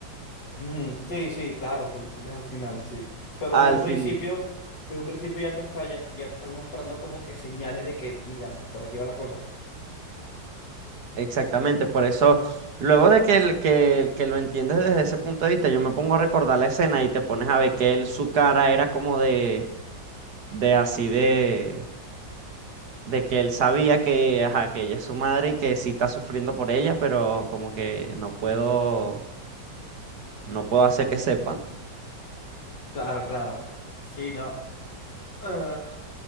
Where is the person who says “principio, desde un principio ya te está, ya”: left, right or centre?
Left